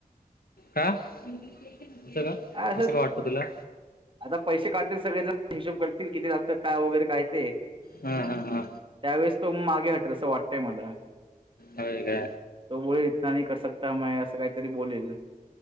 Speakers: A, on the left; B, on the right.
A: का अस का
B: काय असंच
A: असं का वाटत तुला?
B: आता पैसे काढतील सगळे ज हिशोब करतील किती लागतात काय वगैरे काय ते
A: हा हा हा
B: त्यावेळेस तो मागे हटेल असं वाटतंय मला
A: हो का?
B: तो बोल इतना नाही कर शकता म असं काहीतरी बोलेल.